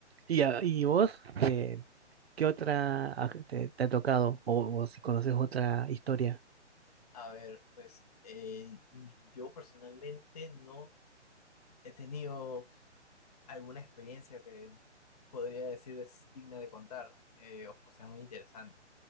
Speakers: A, on the right (about 60°); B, on the left (about 35°).
A: ¿Y, a- y vos, eh, qué otra ac- te, te ha tocado? O, o si conoces otra historia.
B: a ver, pues eh, yo personalmente no he tenido alguna experiencia que podría decir es digna de contar, eh, o, o sea, muy interesante.